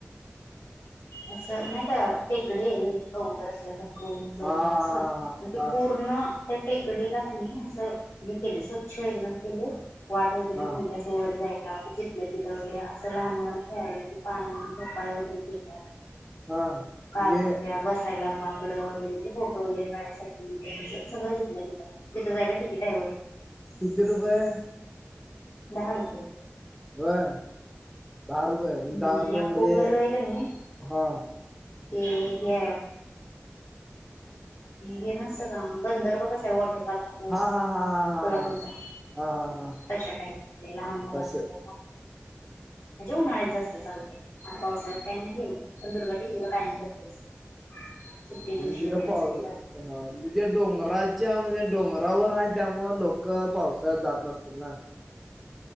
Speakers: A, on the left (about 70°); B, in the centre.
A: असं नाही का, टेकडी आहे रे डोंगर असल्या सारखी. हो उंच
B: हा
A: उंच असा ते
B: हा
A: पूर्ण त्या टेकडीला कनी असं हे केलं स्वच्छ एकदम केले वाट वगैरे
B: हा हा
A: ठेवल्या. वर जायला, जिथल्या तिथं वगैरे असं लहान मुलांना खेळायला ते पाळणा, झोपाळ्या वगैरे केला.
B: हा. म्हणजे
A: कारण त्या बसायला बाक कड वगैरे म्हणजे फोटो वगैरे काढण्यासाठी सगळं जिथल्या तिथ आहे तिथ जायला तिकिट आहे वर.
B: किती रुपय?
A: दहा रूपय.
B: बर, दहा रुपये, मग
A: हम्म,
B: दहा रुपये
A: आणि अख्खं
B: म्हणजे
A: घर आहे कणी
B: हा
A: ते हे हे नसत का गंधर्व कसा आहे वॉटर पार्क? आपल्या
B: हा हा हा हा
A: कोल्हापूरचा
B: हा हा हा हा हा
A: तशा टाईपमध्ये लहान मुलांचं
B: तस. <inaudible>
A: म्हणजे उन्हाळ्यात जास्त चालते. आता पावसाळ्यात काही नाही. पण दुर्गा टिकली <unintelligible> काय नाही <unintelligible> करतेच. सुट्टी
B: अ
A: दिवशी
B: -तिथ
A: वगैरे
B: पाऊस
A: सगळे जातात
B: हा म्हणज जे डोंगराच्या, म्हणजे डोंगरावर आहे त्यामुळ लोक पाऊस अ -जात नसतील ना?